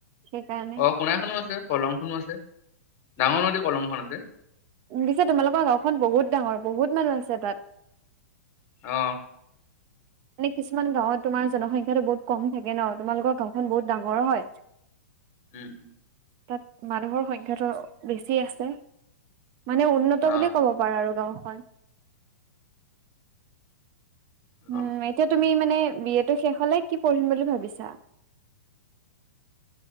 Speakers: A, on the right; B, on the left.
A: সেইকাৰণে।
B: অ সোণাইখনো আছে, কলংখনো আছে। ডাঙৰ নদী কলংখন আছে।
A: পিছে তোমালোকৰ গাঁওখন বহুত ডাঙৰ, বহুত মানুহ আছে তাত।
B: অ।
A: মানে কিছুমান গাঁৱত তোমাৰ জনসংখ্যাটো বহুত কম থাকে ন! তোমালোকৰ গাঁওখন বহুত ডাঙৰ হয়।
B: উম।
A: তাত মানুহৰ সংখ্যাটো বেছি আছে মানে উন্নত
B: অ
A: বুলি ক'ব। কব পাৰা গাঁওখন
B: অ
A: উম, এতিয়া তুমি মানে বি এ টো শেষ হ'লে কি পঢ়িম বুলি ভাবিছা